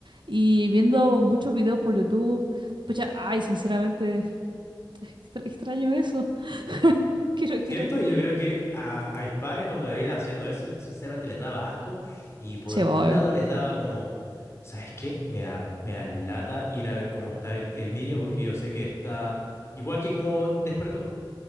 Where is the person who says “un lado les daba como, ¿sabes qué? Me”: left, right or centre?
Left